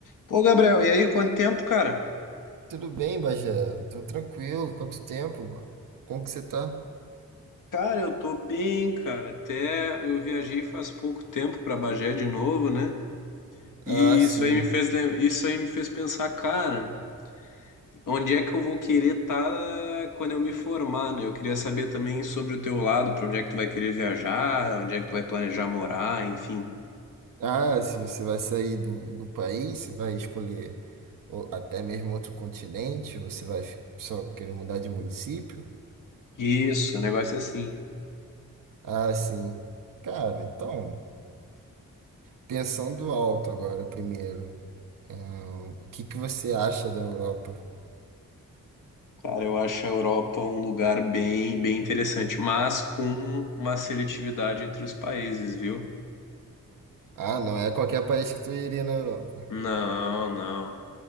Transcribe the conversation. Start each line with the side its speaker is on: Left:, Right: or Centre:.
Left: Pô, Gabriel, e aí, quanto tempo, cara?
Right: Tudo bem, Bagé? Tô tranquilo. Quanto tempo, mano? Como que você tá?
Left: Cara, eu tô bem, cara. Até eu viajei faz pouco tempo pra Bagé de novo, né? E
Right: Ah, sim.
Left: isso aí me fez, lem- isso aí me fez pensar, cara, onde é que eu vou querer estar quando eu me formar, né? Eu queria saber também sobre o teu lado, pra onde é que tu vai querer viajar, onde é que tu vai planejar morar, enfim.
Right: Ah, se você vai sair do, do país, você vai escolher ou até mesmo outro continente, ou você vai só querer mudar de município?
Left: Isso, o negócio é assim.
Right: Ah, sim. Cara, então, pensando alto agora primeiro, ah, o que que você acha da Europa?
Left: Cara, eu acho a Europa um lugar bem, bem interessante, mas com uma seletividade entre os países, viu?
Right: Ah, não é qualquer país que tu iria na Europa.
Left: Não, não.